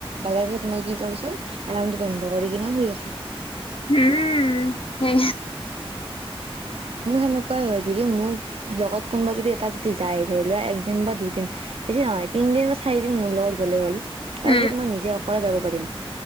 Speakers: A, on the right; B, on the left.
A: বাজাৰ পিছত মই কি কৰিছো এলাৰ্মটো বন্ধ কৰি কিনে শুই আছো
B: উম, সেই
A: মোৰ সেনেকুৱাই হয়, যদি মোক লগত কোনোবা যদি এটা যদি যায় ধৰি লোৱা একদিন বা দুইদিন বেছি নহ তিদিন বা চাৰিদিন মোৰ লগত গ'লে হ'ল তাৰ
B: উম
A: পিছত, মই নিজে অকৰালে যাব পাৰিম